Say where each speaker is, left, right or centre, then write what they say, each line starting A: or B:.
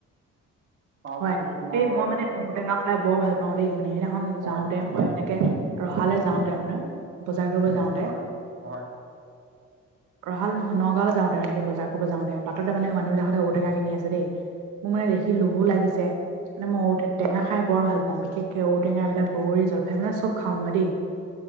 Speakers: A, on the right; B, on the right.
A: তাৰপিছত
B: হয়
A: তোমাৰ
B: এই মই মানে ঔটেঙা
A: এ
B: খাই বৰ ভাল পাওঁ দেই মানে সেইদিনাখন
A: হয়
B: যাওঁতে মই এনেকে ৰখালে যাওঁতে মানে বজাৰ কৰিব যাওঁতে
A: হয় হয়
B: ৰহা নহ নগাঁওলৈ যাওঁতে তেনেক বজাৰ কৰিব যাওঁতে বাটতে মানে মানুহবিলাক ঔটেঙা কিন আছে দেই মোৰ মানে দেখি লোভো লাগিছে। মানে ম ঔ টেঙা খাই বৰ ভাল পাওঁ বিশেষকে ঔটেঙা এইবিলাক বগৰী জলফাই মানে চব খাওঁ মই দেই। <inaudible>